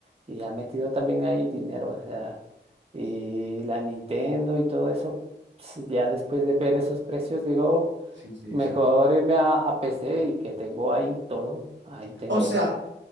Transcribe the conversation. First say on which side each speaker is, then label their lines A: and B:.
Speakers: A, on the right; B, on the right.
A: y ha metido también ahí dinero, o sea, y la Nintendo y todo eso, pues, ya después de ver esos precios, digo,
B: Sí, sí,
A: mejor
B: sí.
A: irme a, a PC y que tengo ahí todo, ahí tengo.
B: O sea,
A: <laughs> todo.